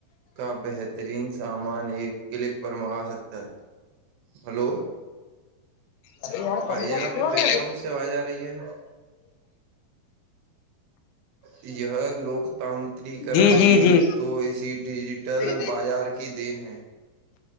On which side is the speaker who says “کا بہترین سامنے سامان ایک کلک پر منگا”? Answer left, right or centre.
Right